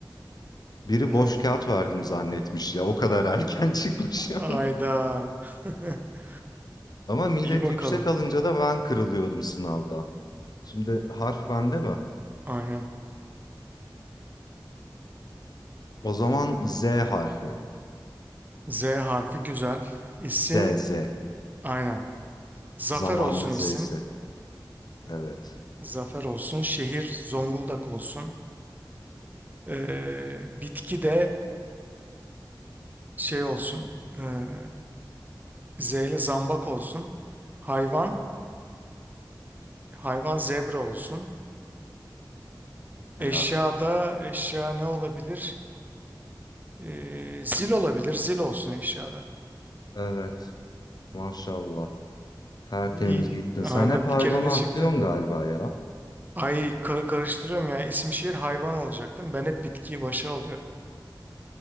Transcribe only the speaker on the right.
Evet.
Ayda. <laughs>
İyi bakalım.
Aynen.
Z harfi güzel. İsim
aynen. Zafer
olsun isim.
Zafer olsun, şehir Zonguldak olsun, Ee, bitki de şey olsun, ee, Z ile zambak olsun, hayvan, hayvan zebra olsun,
eşya da eşya ne olabilir? Ee, zil olabilir, zil olsun eşyada.
İyi,
aynen
bir kere de çıktı.
Ay ka- karıştırıyorum ya, isim şehir hayvan olacaktım, ben hep bitkiyi başa alıyorum.